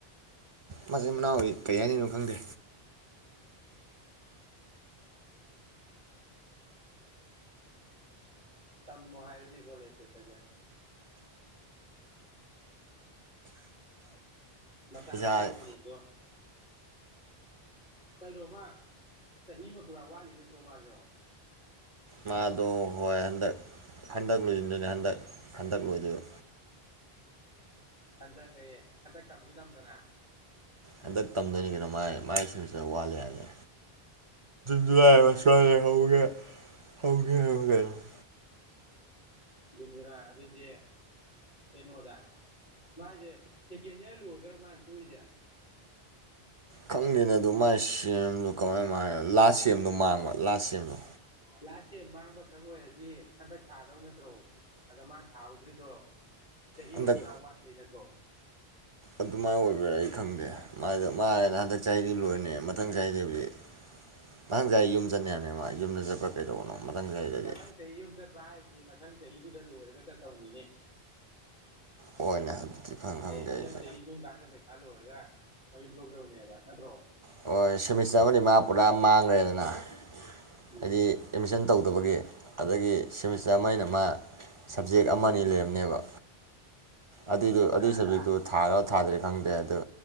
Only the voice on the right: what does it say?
ꯃꯆꯤꯟ ꯃꯅꯥꯎꯏ ꯀꯔꯤꯍꯥꯏꯗꫭꯏꯅꯣ ꯈꯪꯗꯦ
ꯏꯁꯥ
ꯃꯥꯗꯣ ꯍ ꯑꯗ ꯍꯟꯗꯛ ꯂꯣꯏꯁꯤꯟꯗꯣꯏꯅꯤ ꯍꯟꯗꯛ ꯍꯟꯗꯛ ꯂꯣꯏꯗꯣꯏ
ꯍꯟꯗꯛ ꯇꯝꯗꯣꯏꯅꯤ ꯀꯩꯅꯣ ꯃꯥꯏ ꯃꯥꯏ ꯑꯗꯨꯗ ꯋꯥꯠꯂꯦ ꯃꯥꯜꯂꯦ ꯗꯨ ꯍꯥꯏꯕꯁꯋꯥꯔꯦ ꯍꯧꯒꯦ ꯍꯧꯒꯦ ꯍꯥꯏꯕ ꯀꯩꯅꯣ <unintelligible>
ꯈꯪꯗꯦꯅꯦ ꯑꯗꯣ ꯃꯥꯏ ꯁꯦꯝ ꯒꯣꯔ ꯃ <unintelligible> ꯂꯥꯁ ꯁꯦꯝꯗꯣ ꯃꯥꯡꯕ ꯂꯥꯁ ꯁꯦꯝ ꯗꯣ
ꯍꯟꯗꯛ
ꯑꯗꯨꯃꯥꯏꯅ ꯑꯣꯏꯕ꯭ꯔꯥ ꯑꯩ ꯈꯪꯗꯦꯗ ꯃꯥꯅ ꯍꯟꯗꯛ ꯆꯍꯤꯗꯤ ꯂꯣꯏꯔꯅꯤ ꯃꯊꯪ ꯆꯥꯏꯗꯕꯗꯤ ꯃꯊꯪ ꯆꯍꯤ ꯌꯨꯝ ꯆꯠꯅꯦꯕꯅꯦ ꯃꯥ ꯌꯨꯝꯗ ꯆꯠꯄ꯭ꯔꯥ ꯀꯩꯗꯧꯕꯅꯣ ꯃꯊꯪ ꯆꯍꯤꯗꯗꯤ
ꯍꯣꯏꯅꯦ <unintelligible> ꯈꯪꯗꯦ
ꯑꯩꯁꯦ
ꯍꯣꯏ ꯁꯦꯃꯤꯁꯇꯔ ꯑꯃꯗꯤ <unintelligible> ꯍꯥꯏꯗꯤ
ꯑꯦꯠꯃꯤꯁꯟ ꯇꯧꯗꯕꯒꯤ ꯑꯗꯒꯤ ꯁꯦꯃꯤꯁ <unintelligible> ꯃꯩꯅ ꯃꯥ ꯁꯕꯖꯦꯛ ꯑꯃ ꯑꯅꯤ ꯂꯩꯔꯝꯅꯦꯕ ꯑꯗꯨꯏꯗꯣ
ꯑꯗꯨꯏꯒꯤ ꯁꯖꯦꯛꯇꯤ ꯊꯥꯔꯥ ꯊꯥꯗꯦ ꯈꯪꯗꯦ ꯑꯗꯣ